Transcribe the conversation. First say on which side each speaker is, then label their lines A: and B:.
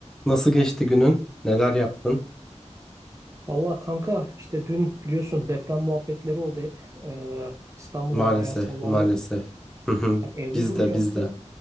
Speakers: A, in the centre; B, on the right.
A: Nasıl geçti günün? Neler yaptın?
B: Valla kanka işte dün biliyorsun deprem muhabbetleri oldu hep. Ee, İstanbul'da
A: Maalesef,
B: yani bayağı sallandık.
A: maalesef. Hı hı.
B: Yani evde
A: Biz
B: duracaktım.
A: de, biz de.